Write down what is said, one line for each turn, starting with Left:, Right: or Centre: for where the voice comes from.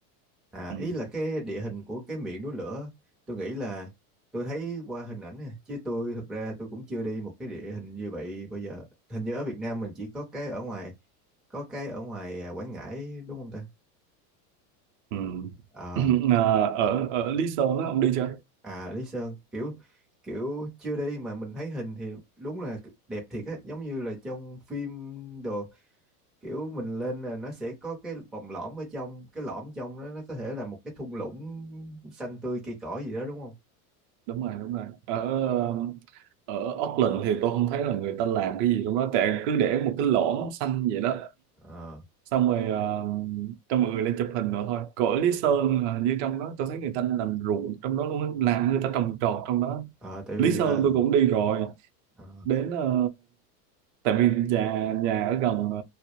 Centre: à
Right: ừ.
Centre: ý là cái địa hình của cái miệng núi lửa tôi nghĩ là tôi thấy qua hình ảnh nè chứ tôi thực ra tôi cũng chưa đi một cái địa hình như vậy bao giờ hình như ở Việt Nam mình chỉ có cái ở ngoài có cái ở ngoài à, Quảng Ngãi đúng không ta
Right: Ừ.
Centre: Ờ,
Right: <clears throat> Ờ, ở ở Lý Sơn á ông đi chưa
Centre: à Lý Sơn kiểu kiểu chưa đi mà mình thấy hình thì đúng là đẹp thiệt á giống như là trong phim đồ kiểu mình lên là nó sẽ có cái vòng lõm ở trong cái lõm trong đó nó có thể là một cái thung lũng xanh tươi cây cỏ gì đó đúng không
Right: đúng rồi đúng rồi ở ở Auckland thì tôi không thấy là người ta làm cái gì trong đó tại cứ để một cái lõm xanh vậy đó
Centre: ờ
Right: xong rồi ờ, cho mọi người lên chụp hình rồi thôi cõi Lý Sơn là hình như trong đó tôi thấy người ta làm ruộng trong đó luôn á, làm người ta trồng trọt trong đó
Centre: ờ, tại vì
Right: Lý Sơn
Centre: ờ
Right: tôi cũng đi rồi
Centre: ờ,
Right: đến ờ, tại vì nhà nhà ở gần ờ,